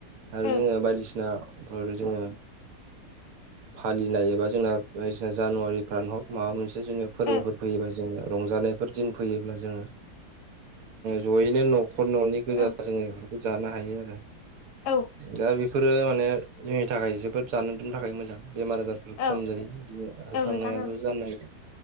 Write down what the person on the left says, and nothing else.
ओ
ओ
औ
औ
औ
औ नोंथां ओं